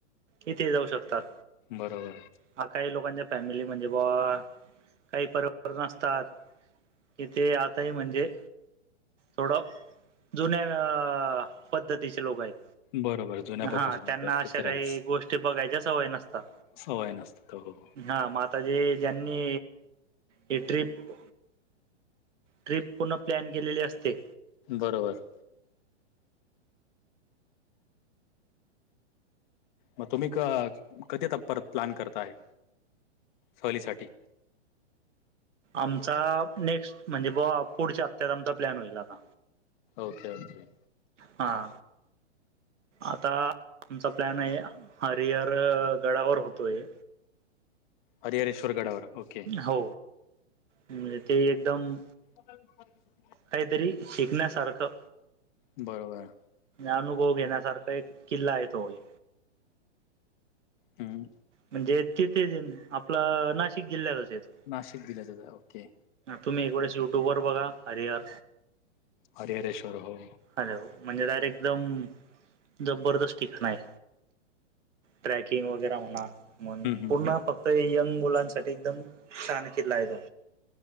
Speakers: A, on the right; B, on the left.
A: इथे जाऊ शकतात.
B: बरोबर.
A: हा काही लोकांच्या फॅमिली म्हणजे बा काही परिवर्तन असतात. इथे यात. नाही म्हणजे थोडं जुन्या--पद्धतीचे लोक आहेत.
B: बरोबर जुन्या पद्धतीने
A: हा त्यांना
B: काय ते
A: अशा
B: तर
A: काही
B: आहेच
A: गोष्टी बघायच्या सवय नसतात.
B: सवय नसतात हो हो.
A: हा मा आताजे ज्यांनी हे ट्रिप ट्रिप पूर्ण प्लॅन केलेली असते.
B: बरोबर. मग तुम्ही क कधी आता परत प्लॅन करता आहे सहलीसाठी
A: आमचा नेक्स्ट म्हणजे बघा पुढच्या हप्त्यात आमचा प्लॅन होईल आता.
B: Okay okay.
A: हा. आता आमचा प्लॅन आहे हरिहर गडावर होतोय.
B: हरिहरेश्वर गडावर ओके.
A: हो म्हणजे ते एकदम.
B: स <unintelligible>
A: काहीतरी शिकण्यासारखं.
B: बरोबर.
A: अनुभव घेण्यासारखा एक किल्ला आहे तोही
B: हम
A: म्हणजे तिथेच आपलं नाशिक जिल्ह्यातच येतो.
B: नाशिक जिल्ह्यातच आहे ओके.
A: तुम्ही एक वेळेस युट्यब वर बघा हरिहर.
B: हरिहरेश्वर हो.
A: हॅलो म्हणजे डायरेक्ट एकदम जबरदस्त ठिकाण आहे. ट्रॅकिंग वगैरा होणार. मग
B: हम्म
A: पूर्ण
B: हम्म
A: फक्त यंग मुलांसाठी एकदम छान किल्ला आहे तो.